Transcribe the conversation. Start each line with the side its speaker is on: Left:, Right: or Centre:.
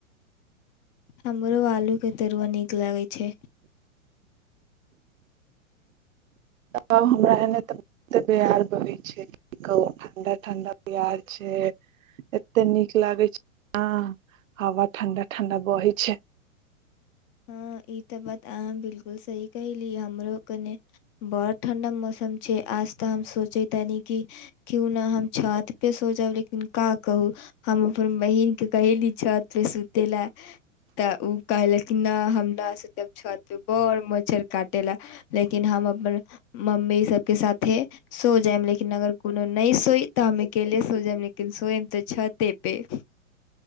Left: हमरो आलु के तरुआ निक लागै छै
Right: हमरा एने तऽ बार बहै छै कह ठंडा ठंडा ब्यार छै एते नीक लागे छै ह हवा ठंडा ठंडा बहे छै
Left: हँ ई तऽ बात अहाँ बिलकुल सही कहली हमरो कने बड़त ठण्डा मौसम छै आज तऽ हम सोचे ताने कि क्यू ना हम छत पे सो जाब लेकिन का कहू हम अपन बहिन के कहली छत पे सुते ले तऽ उ कहलक हमरा से तब छत पे बर मच्छर काटे ला लेकिन हम अपन मम्मी सबके साथे सो जायब लेकिन अगर कोनो नहि सोइ तऽ हम अकेले सो जायब लेकिन सोयब तऽ छते पे